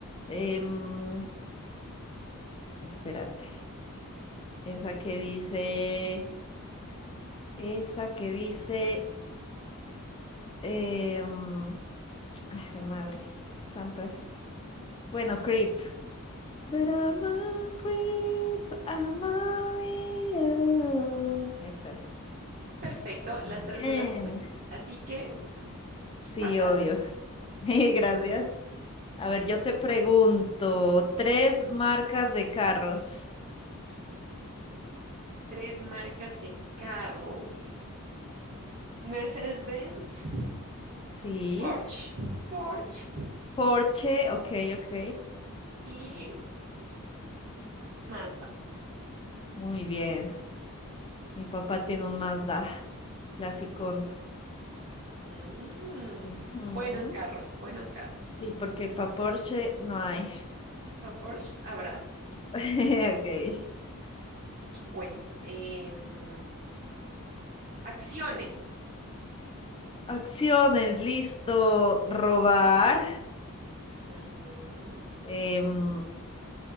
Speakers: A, on the left (about 25°); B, on the right (about 45°).
A: em, espérate, esa que dice... Esa que dice Eh, mm, ay, jue madre, tantas. Bueno, Creep. But I'm a creep, I'm a weirdo. Eso es.
B: Perfecto,
A: Bien.
B: las tres me las supe, así que
A: Sí,
B: pasaste.
A: obvio. <laughs> Mil Gracias. A ver, yo te pregunto, tres marcas de carros.
B: Tres marcas de carros. Mercedes-Benz,
A: Sí.
B: Porsche, Porsche
A: Porsche, ok, ok.
B: y Mazda.
A: Muy bien. Mi papá tiene un Mazda, clasicón.
B: Mm,
A: Ujú.
B: buenos carros, buenos carros.
A: Sí, porque para Porsche no hay.
B: A Porsche habrá.
A: <laughs> Ok.
B: Bueno, em, acciones.
A: Acciones, listo. Robar,
B: Ujú.
A: em,